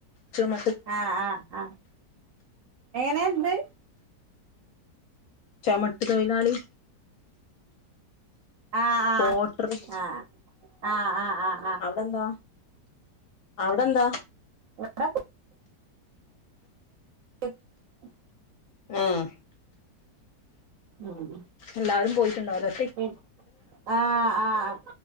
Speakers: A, on the left; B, on the right.
A: ചുമ
B: ആഹ് ആഹ് ആഹ് എങ്ങനെ എന്ത്?
A: ചൊമട്ട് തൊഴിലാളി
B: ആഹ്
A: പോട്ടറ്
B: ആഹ് ആഹ് ആഹ് ആഹ് ആഹ്
A: അവടെന്താ? അവടെന്താ?
B: ആ ട്ട് ഉം
A: ഉം
B: ഉം
A: എല്ലാവരും പോയിട്ട്ണ്ടാവുല്ലേ?
B: പി ആഹ് ആഹ്